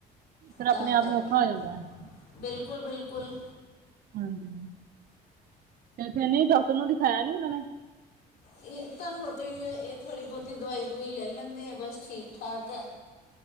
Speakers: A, on the right; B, on the left.
A: ਫਿਰ
B: ਤਾਂ
A: ਆਪਣੇ ਆਪ
B: ਕਰਕੇ,
A: ਨੂੰ ਔਖਾ ਹੋ ਜਾਂਦਾ ਹੈ
B: ਬਿਲਕੁਲ-ਬਿਲਕੁਲ।
A: ਹਾਂਜੀ ਤੇ ਫੇਰ ਨਹੀਂ ਡੋਕਟਰ ਨੂੰ ਦਿਖਾਇਆ ਨੀ ਉਨਾਂ ਨੇ?
B: ਏਹ ਤਾਨੂ ਹੋਤੇ ਈ ਏ, ਏਹ ਥੋੜ੍ਹੀ-ਬੋਤੀ ਦਵਾਈ-ਦੁਵੂਈ ਲੈ ਲੈਂਦੇ ਐ ਬਸ ਠੀਕ-ਠਾਕ ਐ।